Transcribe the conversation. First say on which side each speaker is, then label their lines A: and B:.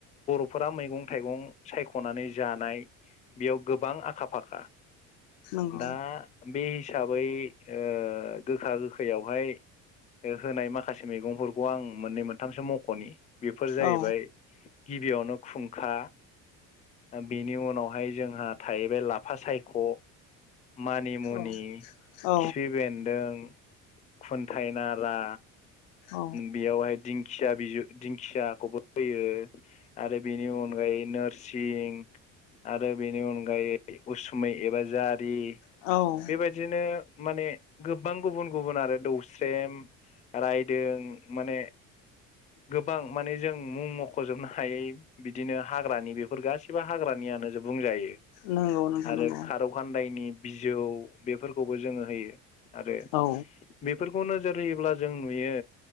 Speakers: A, on the left; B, on the left.
A: फोरा मैगं थाइगं सायख'नानै जानाय बेयाव गोबां आखा फाखा।
B: नंगौ
A: दा बे हिसाबै ओ गोखा गोखैयावहाय होनाय माखासे मैगंफोरखौ आं मोननै मोनथामसो मख'नि बेफोर जाहैबाय
B: औ
A: गिबियावनो खुंखा बेनि उनावहाय जोंहा थाहैबाय लाफा सायख' मानिमुनि
B: औ औ
A: खिफि बेन्दों खुन्थायाइनारा
B: औ
A: बेयावहाय दिंखिया बिजौ दिंखियाखौबो होयो आरो बेनि अनगायै नोरसिं आरो बेनि अनगायै उसुमै एबा जात दि
B: औ
A: बेबायदिनो माने गोबां गुबुन गुबुन आरो दौस स्रेम रायदों माने। गोबां माने जों मुं मखजोबनो हायै बिदिनो हाग्रानि बेफोर गासिबो हाग्रानि नियानो बुंजायो
B: नंगौ नोंथां
A: आरो
B: नंगौ
A: खारौ खान्दायनि बिजौ बेफोरखौबो जोङो होयो आरो
B: औ
A: बे खौ नोजोर होयोब्ला जों नुयो